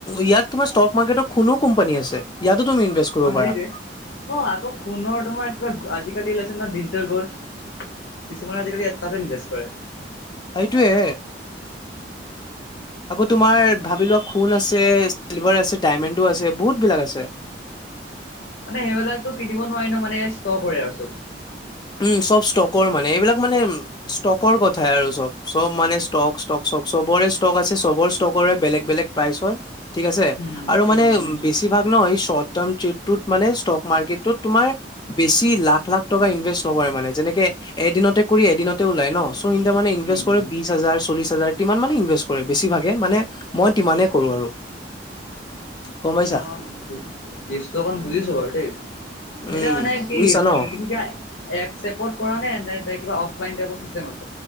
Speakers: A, on the left; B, on the left.
A: ইয়াত তোমাৰ ষ্টক মাৰ্কেটৰ কোনো কোম্পানী আছে ইয়াতো তুমি ইনভেষ্ট কৰিব
B: অ',
A: পাৰা।
B: সেইটোৱে। অ', আকৌ সুনৰ তোমাৰ কিবা আজিকালি ল ডিজিটেল গলড কিছুমানে আজিকালি এটাতে ইনভেষ্ট কৰে।
A: সেইটোৱে। আকৌ তোমাৰ ভাবি লোৱা খোন আছে চিলভাৰ আছে ডাইমেণ্ডো আছে বহুত বিলাক আছে।
B: মানে সেইবিলাকটো পিন্ধিব নোৱাৰি ন মানে ষ্টক আৰু চব।
A: উম চব ষ্টকৰ মানে এইবিলাক মানে ষ্টকৰ কথাই আৰু চব চব মানে ষ্টক ষ্টক চবৰে ষ্টক আছে চবৰ ষ্টকৰে বেলেগ বেলেগ প্ৰাইচ হয় ঠিক আছে
B: উম,
A: আৰু মানে
B: উম, উম,
A: বেছিভাগ ন প্ৰথম ছেটটোত মানে ষ্টক মাৰ্কেটোত তোমাৰ বেছি লাখ লাখ টকা ইনভেষ্ট কৰে মানে যেনেকে এদিনতে কৰি এদিনতে ওলাই ন ইণ্ডিয়া মানে ইনভেষ্ট
B: উম,
A: কৰে
B: উম,
A: বিশ হাজাৰ চল্লিছ হাজাৰ তিমান মানে ইনভেষ্ট কৰে বেছিভাগে মানে মই টিমানে কৰো আৰু গম পাইছা
B: মই বুজিছো ষ্টকান বুজিছো বাৰু দেই
A: উম
B: এতিয়া মানে কি
A: বুজিছা ন
B: তুমি কিবা এপ চেপত কৰা নে নে এ কিবা অফলাইন টাইপৰ চিষ্টেম আছে?